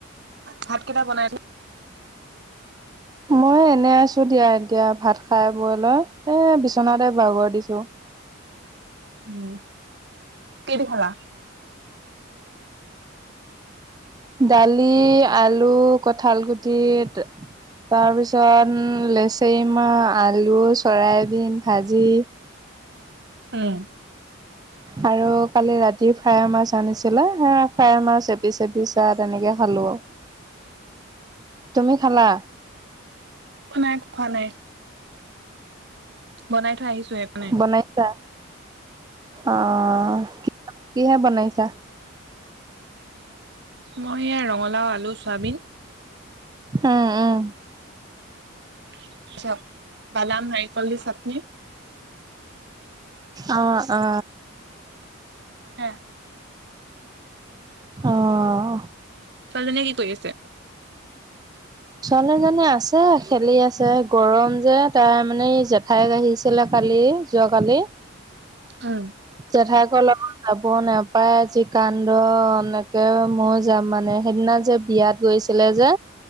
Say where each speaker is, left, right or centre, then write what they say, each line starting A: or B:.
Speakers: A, on the right (about 55°); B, on the right (about 20°).
A: ভাত কেইটা বনাইছোঁ।
B: মই এনে আছোঁ দিয়া এতিয়া ভাত খাই বৈ লৈ। এ, বিচনাতে বাগৰ দিছোঁ।
A: উম, কিহেদি খালা?
B: দালি, আলু, কঠাল গুটিত তাৰপিছত উম, লেচেৰি মা, আলু, চয়াবিন ভাজি।
A: উম।
B: আৰু কালি ৰাতি ফ্ৰাই মাছ আনিছিলে। সেয়া ফ্ৰাই মাছ এপিচ এপিচা তেনে নেকে খালোঁ। তুমি খালা?
A: অ', নাই খোৱা নাই। বনাই থৈ আহিছোঁহে পনে।
B: বনাইছা? অ', কি কিহে বনাইছা?
A: মই এ, ৰঙালাও, আলু, চৱাবিন।
B: উম, উম।
A: <unintelligible> বাদাম নাৰিকল দি চাটনি।
B: অ', অ'।
A: হে
B: অহ।
A: ছোৱালীজনীয়ে কি কৰি আছে?
B: ছোৱালীজনী আছে খেলি আছে। গৰম যে তাৰে মানে এই জেঠাইক আহিছিল কা <unintelligible> যোৱা কালি।
A: উম
B: জেঠাইক <unintelligible> লগত যাব নাপায় যি কান্দন, একে মই যাম মানে সেইদিনা যে বিয়াত গৈছিলে যে।